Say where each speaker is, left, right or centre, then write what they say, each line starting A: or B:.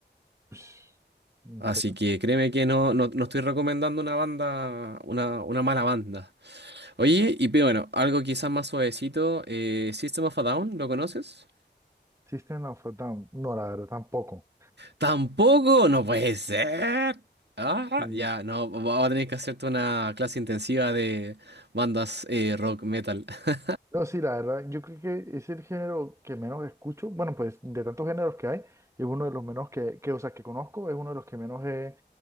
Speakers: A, on the right; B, on the right.
A: Ush, ¿En
B: Así
A: serio?
B: que créeme que no, no, no estoy recomendando una banda, una, una mala banda. Oye, y pero bueno, algo quizás más suavecito, eh, System of a Down, ¿lo conoces?
A: System of a Down, no, la verdad tampoco.
B: ¡Tampoco! ¡No puede ser! Ah,
A: Sí.
B: ya, no, vamos a tener que hacerte una clase intensiva de bandas eh, rock metal. <laughs>
A: No, sí, la verdad, yo creo que es el género que menos escucho. Bueno, pues de tantos géneros que hay, es uno de los menos que, que, o sea, que conozco, es uno de los que menos he,